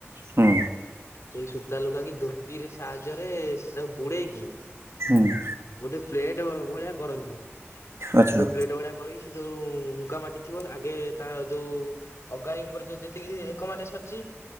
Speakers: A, on the right (about 65°); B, on the left (about 75°).
A: ହୁଁ,
B: ସେଇ ସୂତା ଲୁଗା କି ଧୋତିରେ ସାହାଯ୍ୟରେ ସେଟାକୁ ବୁଡେଇକି
A: ହୁଁ,
B: ଗୋଟେ ପ୍ଲେଟ ଭଳିଆ କରନ୍ତି
A: ଆଚ୍ଛା
B: ସେ ପ୍ଲେଟ ଭଳିଆ କରିକି ସେ ଯୋଉ ହୁଙ୍କା ମାଟି ଥିବ ଆଗେ ତା ଯୋଉ ଅଗାରି ଉପରେ ଯୋଉ ଯେତିକି ଏକ ମାଟିଆ ସରିଛି।